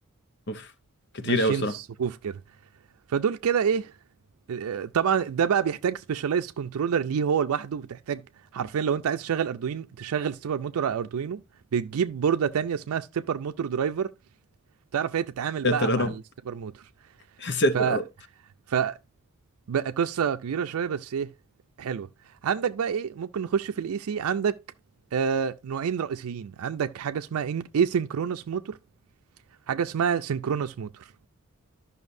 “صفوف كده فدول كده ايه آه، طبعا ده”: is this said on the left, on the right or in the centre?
Right